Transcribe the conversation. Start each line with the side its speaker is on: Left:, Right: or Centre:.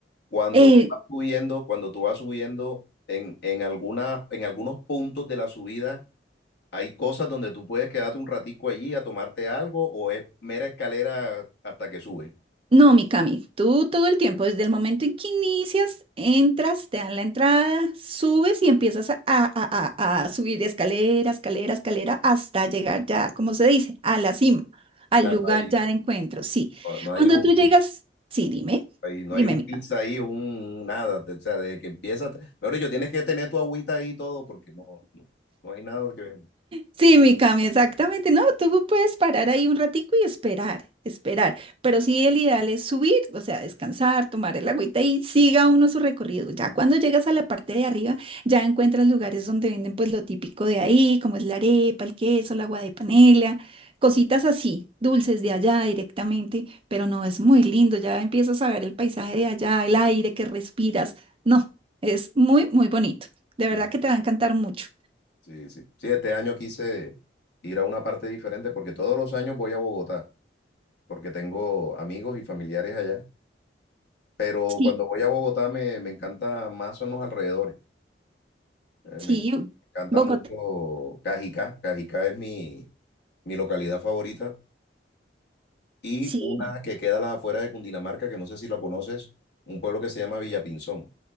Left: cuando
Right: Eh,
Left: tú vas subiendo, cuando tú vas subiendo en, en alguna- en algunos puntos de la subida, hay cosas donde tú puedes quedarte un ratico allí a tomarte algo o es mera escalera hasta que sube.
Right: No, Mikami, tú todo el tiempo, desde el momento en que inicias, entras, te dan la entrada, subes y empiezas a, a- a- a subir escalera, escalera, escalera, hasta llegar ya, como se dice, a la cima, al
Left: O sea,
Right: lugar
Left: no hay,
Right: ya de encuentro. Sí.
Left: no hay
Right: Cuando
Left: un...
Right: tú llegas, sí, dime,
Left: ahí, no
Right: dime,
Left: hay un
Right: Mikami.
Left: pizza ahí, un nada, te- o sea, de que empieza, te- mejor dicho, tienes que tener tu agüita ahí y todo porque no, no, no hay nada que venda.
Right: Sí, mi Cami, exactamente. No, tú puedes parar ahí un ratico y esperar, esperar. Pero sí, el ideal es subir, o sea, descansar, tomar el agüita y siga uno su recorrido. Ya cuando llegas a la parte de arriba, ya encuentras lugares donde venden pues lo típico de ahí, como es la arepa, el queso, el agua de panela, cositas así, dulces de allá directamente. Pero no, es muy lindo. Ya empiezas a ver el paisaje de allá, el aire que respiras. No, es muy, muy bonito. De verdad
Left: <laughs>
Right: que te va a encantar mucho.
Left: Sí, sí. Sí, este año quise ir a una parte diferente porque todos los años voy a Bogotá, porque tengo amigos y familiares allá, pero
Right: Sí.
Left: cuando voy a Bogotá me, me encanta más son los alrededores. eh,
Right: Sí,
Left: me en- encanta
Right: Bogotá,
Left: mucho Cajicá, Cajicá es mi, mi localidad favorita y
Right: sí,
Left: una que queda a las afueras de Cundinamarca, que no sé si la conoces, un pueblo que se llama Villapinzón.